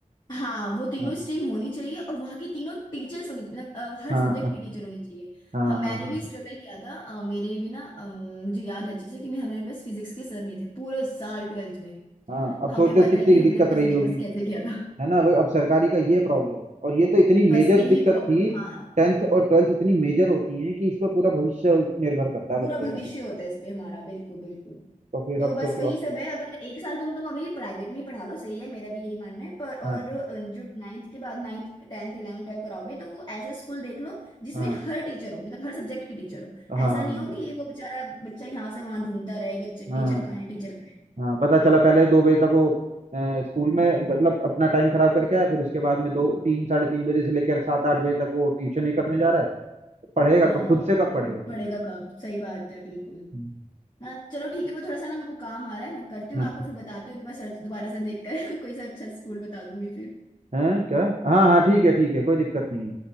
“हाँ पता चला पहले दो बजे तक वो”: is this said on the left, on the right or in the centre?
Right